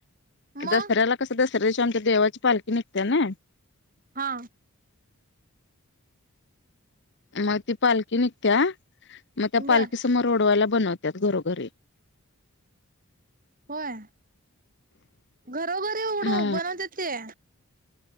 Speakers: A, on the right; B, on the left.
A: मग
B: दसऱ्याला कसं <unintelligible> ते देवाची पालखी निघते ना
A: हा.
B: मग ती पालखी निघतीया, मग त्या पालखी
A: बर
B: समोर उडवायला बनवत्यात, घरोघरी.
A: होय, घरोघरी उडू,
B: हा
A: बनवतेत त्ये?